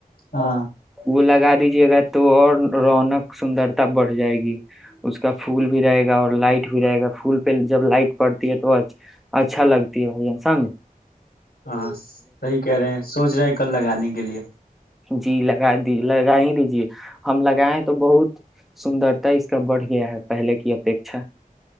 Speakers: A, on the left (about 85°); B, in the centre.
A: ہاں
B: وہ لگا دیجے گا تو اور رونق سندرتا بڑھ جائے گی اس کا پھول بھی رہے گا اور لائٹ بھی رہے گا پھول پ جب لائٹ پڑتی ہے تو اچھا لگتی ہے بھ جان سمج
A: ہاں صحیح کہہ رہے ہیں سوچ رہے کل لگانے کے لیے
B: جی لگا دی لگا ہی دیجیے ہم لگائےیں تو بہت سندر ت اس کا بڑھ گیا ہے پہلے کی اپیکھا